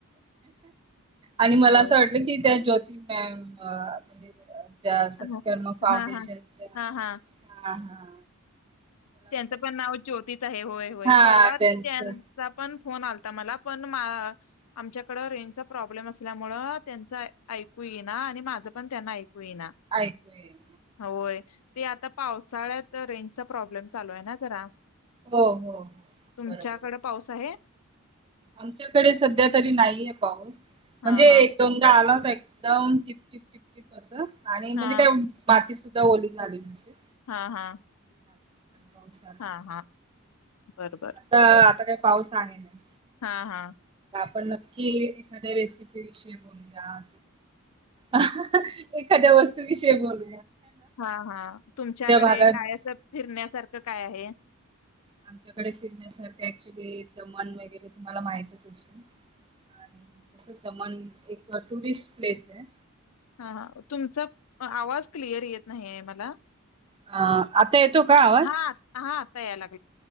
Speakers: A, on the right (about 25°); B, on the left (about 85°).
A: आणि मला
B: होय.
A: असं वाटलं की त्या ज्यो ती मॅम म्हणजे अ ज्या सत्कर्म
B: हां.
A: फाउंडेशनच्या
B: हां, हां. हां, हां.
A: हां हां.
B: त्यांचं पण नाव ज्योतीच आहे होय होय
A: हा
B: परवा त्यांचा
A: त्यांचं
B: पण. फोन आलता मला पण मा आमच्याकड रेंजचा प्रॉब्लेम असल्यामुळे त्यांच ऐकू येना आणि माझं पण त्यांना ऐक कू येईना
A: ऐकू ये
B: अ होय. ते आता पावसाळ्यात रेंज चा प्रॉब्लेम. चालू आहे ना जरा.
A: हो हो हो
B: तुमच्याकडं
A: बरोबर
B: पाऊस आहे?
A: आमच्याकडे सध्या तरी नाहीये पाऊस. म्हणजे
B: हां, हां.
A: एक-दोनदा आला होता एक एकदा होऊन टिप टिप अस. आणि म्हणजे
B: हां,
A: काय बाती सु दवली झाली नसे.
B: हा हा.
A: पाऊस आला
B: हा हा. बर बर.
A: आता आता पाऊस आहे ना.
B: हा हा.
A: पण नक्की एखाद्या रेसिपी विषयी बोलूया. अहह एखाद्या वस्तू. विषय बोल.
B: हा हा तुमच्याकडे
A: भागात
B: काय असं फिरण्यासारखं काय आहे.
A: आमच्याकडे फिरण्यास सारखे ऍक्च्युली दमन वगैरे तुम्हाला माहितच असे. आणि तस दमण एक. अ टुरिस्ट प्लेस आहे.
B: हा हा तुमचा आवाज क्लिअर येत नाही आहे मला.
A: अ आता येतो का आवाज.
B: हां, हां. आता यात लागलय.